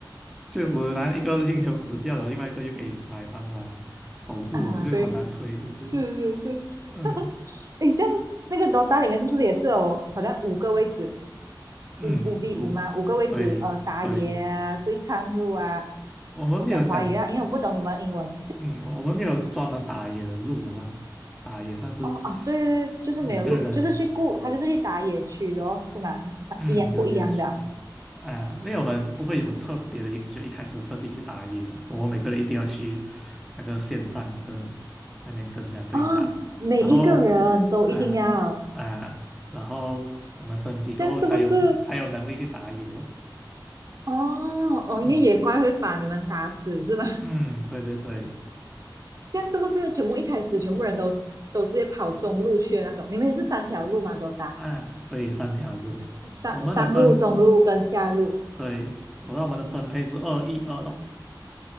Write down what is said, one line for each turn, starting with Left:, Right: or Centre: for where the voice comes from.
Centre: 确实，然后一个英雄死掉了，另外一个又可以来帮忙守护啊，
Right: 啊，
Centre: 就是好难推，
Right: 对，
Centre: 都是，
Right: 是是是，
Centre: 嗯
Right: 诶，这样那个 DOTA 里面是不是也是有好像五个位置，
Centre: 嗯，
Right: 五五 v
Centre: 我对对，
Right: 五吗？五个位置，呃，打野啊，对抗路啊，
Centre: 我们没有讲，
Right: 我讲华语啊，因为我不懂你们英文。
Centre: 嗯，我们没有专门打野的路的啦，打野算是
Right: 哦啊，对对对，就是没有路，
Centre: 每个人。
Right: 就是去顾，他就是去打野区的哦，是吗？他一样不一样的啊？
Centre: 嗯，有夜区啊，因为我们不会有特别的英雄一开始特地去打野的，我们每个人一定要去那个线上那个那边跟人家对打，
Right: 哦每一个人都一定要，
Centre: 然后啊啊，然后我们升级过后才有才有能力去打野咯。
Right: 这样是不是？哦哦，因为野怪会把你们打死是吗？
Centre: 嗯
Right: <laughs>
Centre: 嗯，对对对，
Right: 这样是不是全部一开始全部人都都直接跑中路去的那种？你们也是三条路嘛，
Centre: 呃啊，
Right: 都打
Centre: 对，三条路，
Right: 上上路、
Centre: 我们的分，
Right: 中路跟下路
Centre: 对，我让我们的分配是二一二咯。